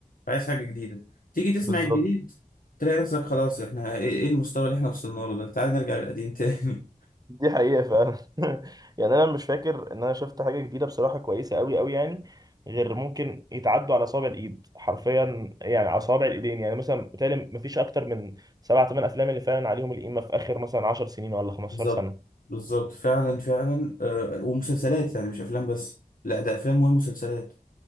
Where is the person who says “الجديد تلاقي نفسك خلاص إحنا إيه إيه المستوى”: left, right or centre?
Left